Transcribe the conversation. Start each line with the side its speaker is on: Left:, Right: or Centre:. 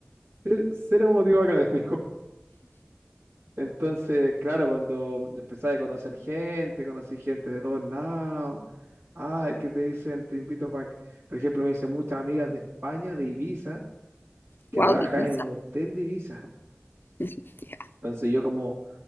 Right: cero, cero motivo académico. Entonces, claro, cuando empecé a conocer gente, conocí gente de todos lados. Ah, que te dicen, te invito para... Por ejemplo, me dicen muchas amigas de España, de Ibiza, que
Left: wow,
Right: trabajan
Left: qué pizza.
Right: en un hotel de Ibiza.
Left: Ya,
Right: Entonces yo como,